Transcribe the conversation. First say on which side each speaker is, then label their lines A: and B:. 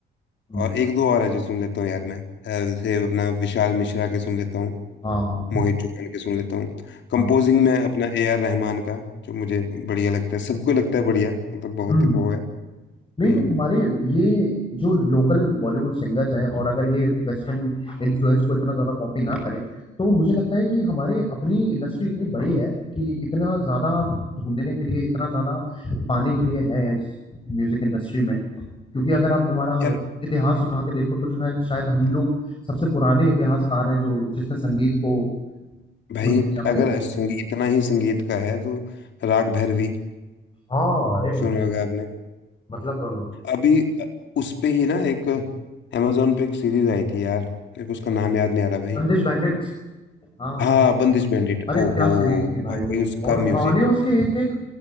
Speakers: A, on the left; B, on the left.
A: हम्म,
B: और एक दो और है जो सुन लेता हूँ यार मैं अ, जैसे अपना विशाल मिश्रा के सुन लेता हूँ
A: हाँ हाँ
B: मोहित चौहान के सुन लेता हूँ कंपोजिंग
A: हाँ
B: में अपना ए आर रहमान का जो मुझे बढ़िया लगता है सबको लगता है बढ़िया मतलब बहुत
A: हम्म
B: ही वो है हम्म,
A: नहीं तो हमारे ये जो लोकल बॉलीवुड सिंगर्स हैं और अगर ये वेस्टर्न इन्फ्लुएंस को इतना ज्यादा कॉपी ना करें तो मुझे लगता है कि हमारे अपनी इंडस्ट्री इतनी बड़ी है कि इतना ज्यादा ढूंढने के लिए इतना ज्यादा पाने के लिए है इस म्यूजिक इंडस्ट्री में क्योंकि अगर आप हमारा
B: यार
A: इतिहास उठा के देखो तो जो है शायद हम लोग सबसे पुराने इतिहासकार हैं जो जिसने संगीत को
B: भाई
A: पूरी दुनिया
B: अगर
A: में ले आया
B: संगीत इतना ही संगीत का है तो राग भैरवी
A: हाँ अरे
B: सुना होगा आपने
A: मतलब
B: अभी अ, उस पे ही ना एक अमेजोन पे एक सीरीज आई थी यार मेरे को उसका नाम याद नहीं आ रहा भाई
A: बंदिश बैंडिट्स हाँ
B: हाँ
A: हाँ
B: बंदिश बैंडिट
A: अरे
B: ओहो
A: क्या सीरीज थी भाई
B: भाई
A: वो
B: उसका
A: और
B: म्यूजिक
A: गाने उसके एक एक